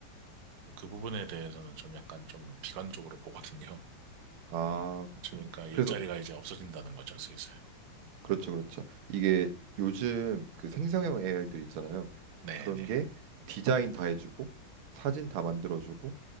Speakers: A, on the right; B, on the right.
A: 좀그 부분에 대해서는 좀 약간 좀 비관적으로 보거든요.
B: 아, 그렇군요.
A: 그러니까 일자리가
B: 그래서
A: 이제 없어진다는 거죠, 슬슬.
B: 그렇죠, 그렇죠. 이게 요즘 그 생성형 AI들 있잖아요.
A: 네네.
B: 그런 게 디자인 다 해주고 사진 다 만들어주고